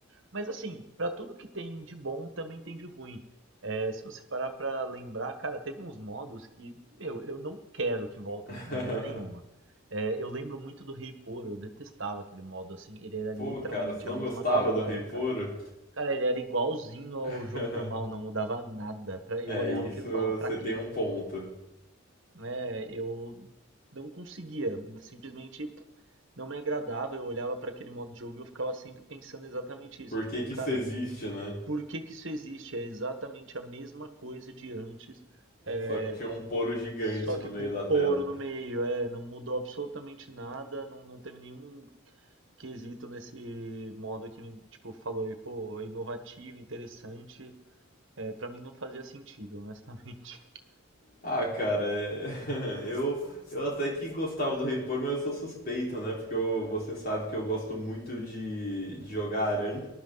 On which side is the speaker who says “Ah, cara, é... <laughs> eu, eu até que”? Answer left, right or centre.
Left